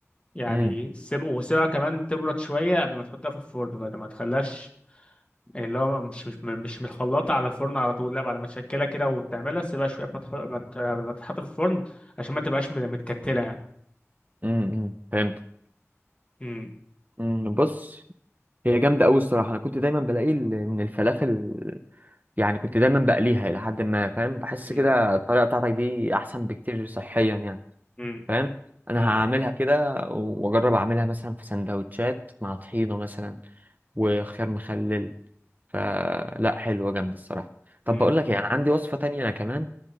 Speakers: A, on the left (about 25°); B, on the right (about 35°).
A: يعني
B: امم
A: سيب وسيبها كمان تبرد شوية قبل ما تحطها في الفرن بعد ما تخليهاش اللي هو مش مش مش متخلطة على الفرن على طول لا بعد ما تشكلها كده وتعملها سيبها شوية قبل ما تح- ما ت- قبل ما تتحط في الفرن عشان ما تبقاش مت- متكتلة يعني
B: امم فهمت
A: مم.
B: امم بص هي جامدة أوي الصراحة أنا كنت دايما بلاقي ال- إن الفلافل يعني كنت دايما بقليها إلى حد ما فاهم بحس
A: مم.
B: كده الطريقة بتاعتك دي أحسن بكتير صحيا يعني
A: مم.
B: فاهم انا
A: مم.
B: هعملها كده واجرب اعملها مثلا في سندوتشات مع طحينه مثلا وخيار مخلل فلا حلوه جامده الصراحه طب
A: مم.
B: بقول لك يعني عندي وصفه تانية انا كمان